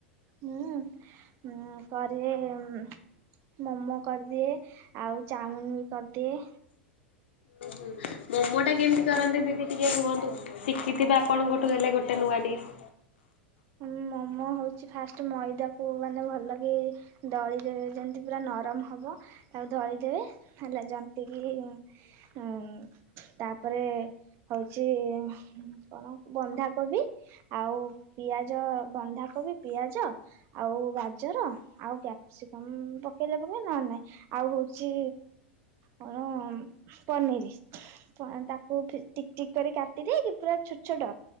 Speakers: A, on the right (about 45°); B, on the left (about 75°).
A: ହୁଁ ଉଁ କରିବେ ଉମ୍ ମୋମୋ କରିଦିଏ ଆଉ ଚାଓମିିନ ବି କରିଦିଏ।
B: ହୁଁ ହୁଁ ହୁଁ ମୋମ ଟା କେମିତି କରନ୍ତେ ଦିଦି ଟିକେ କୁହନ୍ତୁ। ଶିକିଥିବେ ଆପଣ ଗୋଟେ କହିଲେ ଗୋଟେ ନୂଆ ଡିସ୍।
A: ହୁଁ ମୋମୋ ହଉଚି ଫାଷ୍ଟ ମଇଦାକୁ ମାନେ ଭଲ କି ଦଳି ଦେବେ ଯେମିଶତି ପୁରା ନରମ ହବ ତାକୁ ଦଳି ଦେବେ ହେଲା ଜ ନ୍ତିକି ହୁଁ। ତାପରେ ହଉଚି ହୁଁ କଣ ବନ୍ଧାକୋବି ଆଉ ପିଆଜ ବନ୍ଧାକୋବି ପିଆଜ ଆଉ ଗାଜର ଆଉ କ୍ୟାପସିକମ ପକେଇଲେ ପକେଇବେ ନହେଲେ ନାଇଁ। ଆଉ ହଉଚି ଅଁ ଉମ୍ ପନିର, ତାକୁ ଟିକ ଟିକ କରି କାଟିଦେଇକି ପୁରା ଛୋଟ ଛୋଟ